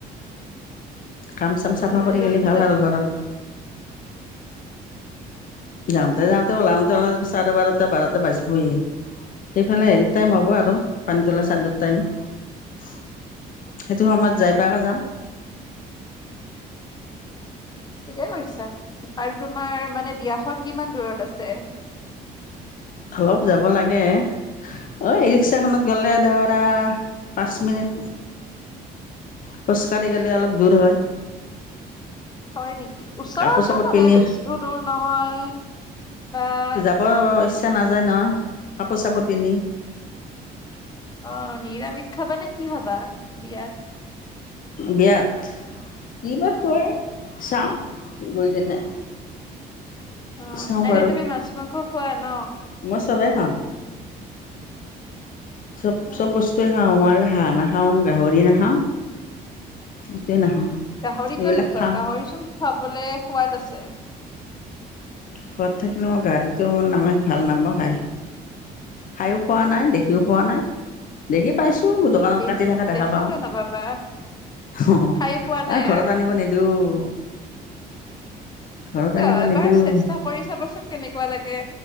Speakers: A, on the left; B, on the left.
A: কাম-চাম
B: হয়
A: চাফা
B: হয়
A: কৰি
B: জল্দি
A: গেলে ভাল
B: যা
A: আৰু ঘৰৰ। যাওঁতে-যাওঁতে ওলাওঁতে-ওলাওতে চাৰে বাৰটা, বাৰটা বাজিবই। সেইফালে হেৰিত টাইম হ'ব আৰু পানীতলা চাদড টাইম। সেইটো সময়ত
B: অ',
A: যাই পাৱাকে যাম।
B: অ', ঠিকেই কৰিছা আৰু তোমাৰ মানে বিয়াখন কিমান দূৰত আছে
A: অলপ যাব লাগে অ ইৰিক্সাখনত গ'লে ধৰা পাঁচ মিনিট খোজকাঢ়ি গলে অলপ দূৰ হয়
B: হয় নেকি ওচৰতে
A: কাপোৰ চাপোৰ
B: মানে
A: পিন্ধি
B: বেছিও দূৰ নহয়
A: হয়
B: আ
A: হয় ইচ্ছা নাযায় নহয় কাপোৰ চাপোৰ পিন্ধি
B: অ নিৰামিষ খাবা নে কি খাবা বিয়াত
A: বিয়াত কিবা খোৱাই
B: অ
A: চাওঁ গৈ কিনে
B: অ
A: চাওঁ
B: এনে
A: বাৰু
B: তুমি মাছ মাংস খোৱা ন?
A: মই চবে খাওঁ চব
B: অ
A: চব বস্তুৱে খাওঁ মই খালি হাঁহ নাখাওঁ গাহৰি নাখাওঁ এইটোৱে নাখাওঁ
B: গাহৰি
A: এইবিলাক
B: কিয় নোখোৱা
A: খাওঁ
B: গাহৰি চোন খাবলৈ সোৱাদ আছে
A: সোৱাদ থাকিলেও মই গাহৰিটো মোৰ মানে ভাল নাপাওঁ খায় খায়ো পোৱা নাই দেখিওঁ পোৱা নাই দেখি পাইছোঁ দোকানত
B: দেখ
A: কাটি থকা দেখা
B: দেখি
A: পাওঁ
B: কিয় নাপাবা
A: অ
B: খাই পোৱা নাই
A: আহ ঘৰত
B: আৰু
A: আনিব নিদিওঁ ঘৰত
B: কিয়
A: আনিব
B: এবাৰ
A: নিদিওঁ
B: চেষ্টা কৰি চাবচোন কেনেকুৱা লাগে